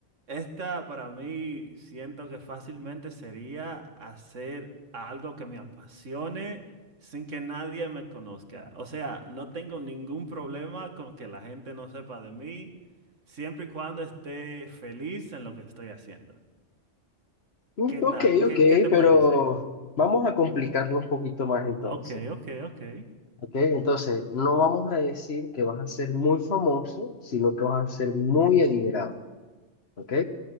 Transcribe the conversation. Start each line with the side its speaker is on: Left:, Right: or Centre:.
Right: esta para mí siento que fácilmente sería hacer algo que me apasione sin que nadie me conozca. O sea, no tengo ningún problema con que la gente no sepa de mí, siempre y cuando esté feliz en lo que estoy haciendo.
Left: Mm,
Right: ¿Qué
Left: Ok,
Right: tal? ¿Qué,
Left: ok,
Right: qué te
Left: pero
Right: parece?
Left: vamos a complicarlo un poquito más entonces.
Right: Ok, ok, ok.
Left: ¿Ok? Entonces, no vamos a decir que vas a ser muy famoso, sino que vas a ser muy adinerado. ¿Ok?